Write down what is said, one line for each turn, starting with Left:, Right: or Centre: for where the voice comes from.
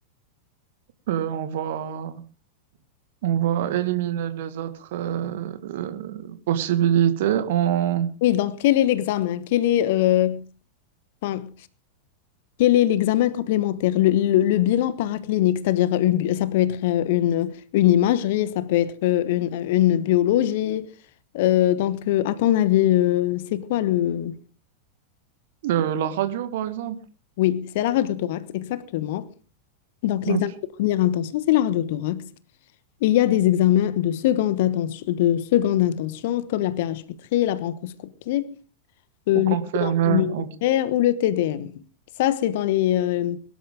Right: Euh, on va, on va éliminer les autres euh, euh, possibilités en
Left: Oui, donc quel est l'examen? Quel est, euh, enfin, Quel est l'examen complémentaire? Le, le- le bilan paraclinique, c'est-à-dire une bi- ça peut être euh, une, une imagerie, ça peut être euh, une, euh, une biologie. Euh, donc, euh, à ton avis, euh, c'est quoi le...
Right: euh, la radio, par exemple.
Left: Oui, c'est la radiothorax, exactement. Donc,
Right: ok
Left: l'examen de première intention, c'est la radiothorax. Et il y a des examens de seconde intention, de seconde intention comme la périaspimétrie, la bronchoscopie. euh,
Right: pour confirmer.
Left: le bilan immunitaire
Right: Ok,
Left: ou le TDM. Ça, c'est dans les, euh,